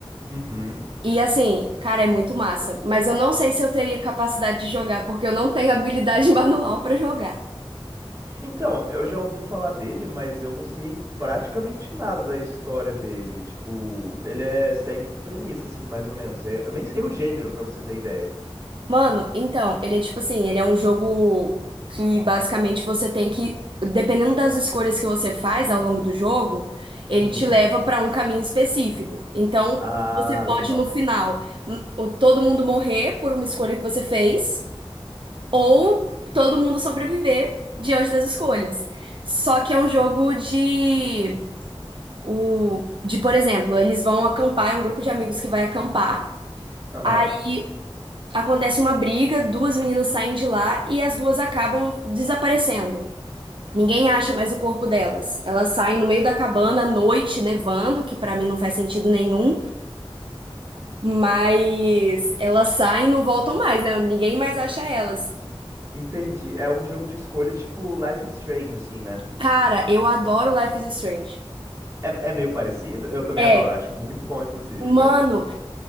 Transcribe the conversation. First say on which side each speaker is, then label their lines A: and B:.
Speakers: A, on the right; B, on the right.
A: Uhum.
B: E assim, cara, é muito massa. Mas eu não sei se eu teria capacidade de jogar, porque eu não tenho habilidade <laughs> manual pra jogar.
A: Então, eu já ouvi falar dele, mas eu não sei praticamente nada da história dele. Tipo, ele é segue que premissa, assim, mais ou menos. É, eu nem sei o gênero, pra você ter ideia.
B: Mano, então, ele é tipo assim, ele é um jogo que basicamente você tem que, dependendo das escolhas que você faz ao longo do jogo, ele
A: Uhum.
B: te leva pra um caminho específico. Então,
A: Ah,
B: você pode
A: legal.
B: no final, hum, ou todo mundo morrer por uma escolha que você fez, ou todo mundo sobreviver diante das escolhas. Só que é um jogo de o de, por exemplo, eles vão acampar, é um grupo de amigos que vai acampar.
A: Aham.
B: Aí acontece uma briga, duas meninas saem de lá e as duas acabam desaparecendo. Ninguém acha mais o corpo delas. Elas saem no meio da cabana à noite, nevando, que pra mim não faz sentido nenhum, mas elas saem e não voltam mais, né? Ninguém mais acha elas.
A: Entendi. É um jogo de escolha tipo Life is Strange, assim, né?
B: Cara, eu adoro Life is Strange.
A: É, é meio parecido? Eu também
B: É,
A: adoro, acho muito bom, inclusive,
B: mano,
A: cara.